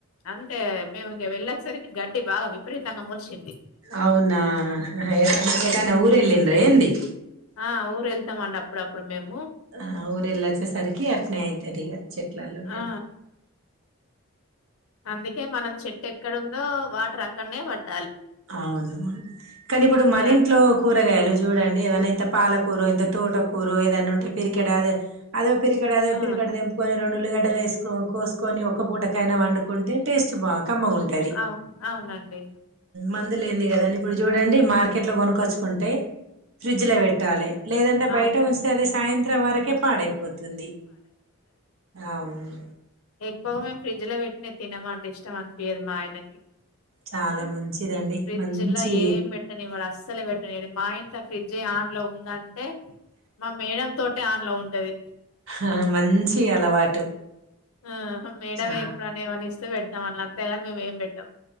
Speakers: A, on the left; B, on the right.
A: అంటే మేము ఇగ వెళ్ళేసరికి గడ్డి బాగా విపరీతంగా మోలిషింది.
B: అవునా ఏటన్ ఏటన్న ఊరేలిండ్ర ఏంది.
A: ఆ ఊరు వెళ్తామండ్ అప్పుడ అప్పుడు మేం.
B: ఆ ఆ ఊరెలోచ్చే సరికి అత్నే అయితదిగా. చెట్లల్లో గడ్డ
A: ఆ అందుకే మనం చెట్టు ఎక్కడుందో. వాటర్ అక్కడ్నే పట్
B: అవునవును కానీ ఇప్పుడు మనింట్లో
A: గ
B: కూరగాయలు చూడండి. ఏదనా ఇంత పాలకూరో ఇంత తోటకూరో ఏదన్న ఉంటే. పరికెడదే ఆదొ పరికడదో
A: ఆ
B: పరికడ తెంపుకొని రెండూళ్ళిగాడ్ డలేసుకో కోసుకొని ఒక్క పూటకైనా వండుకుంటే. టేస్ట్ బావ్ కమ్మగుంటది.
A: అవు అవునండి
B: మందు లేనింది కదండి. ఇప్పుడు చూడండి మార్కెట్ లో కొనుక్కొచ్చుకుంటే ఫ్రిడ్జ్ లో పెట్టాలి. లేదంటే
A: అవును
B: బయట ఉంచ్తే అదే. సాయంత్రం వరకే పాడైపోతుంది. అవును
A: ఎక్కువ్ మేము ఫ్రిడ్జ్ లో పెట్టినయ్ తినమమండి. ఇష్టం అనిపియదు మా ఆయనకి.
B: చాలా మంచిదండి
A: ఫ్రిడ్జ్లా
B: మంచి
A: ఏం పెట్టనీవాడు. అస్సలే పెట్టనీ మా ఇంట్ల ఫ్రిడ్జె ఆన్ లో ఉందంటే. మా మేడం తోటే ఆన్ లో ఉంటది.
B: ఆహహ మంచి అలవాటు
A: ఆ మేడమ
B: చా
A: ఎప్పుడని ఏమనిస్తే పెడతాం అళ్ళ, అంతేగాని. మేము ఏం పెట్టాం.